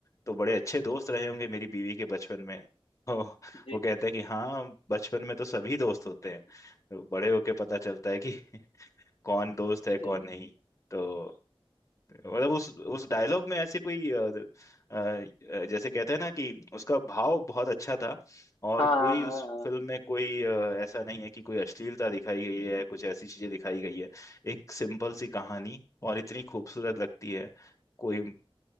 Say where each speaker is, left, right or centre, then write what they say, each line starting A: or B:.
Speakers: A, on the left (about 30°); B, on the left (about 65°).
A: तो बड़े अच्छे दोस्त रहे होंगे मेरी बीवी के बचपन में <laughs> तो
B: जय
A: वो कहते हैं कि हाँ बचपन में तो सभी दोस्त होते हैं तो बड़े होके पता चलता है कि <laughs> कौन दोस्त है कौन
B: जय
A: नहीं तो मतलब उस उस डायलॉग में ऐसे कोई अ, द- अ, अ, जैसे कहते हैं ना कि उसका भाव बहुत अच्छा था और
B: हाँ
A: कोई
B: हाँ हाँ।
A: उस
B: हाँ।
A: फिल्म में कोई अ, ऐसा नहीं है कि कोई अश्लीलता दिखाई गई है कुछ ऐसी चीजें दिखाई गई है एक सिंपल सी कहानी और इतनी खूबसूरत लगती है कोई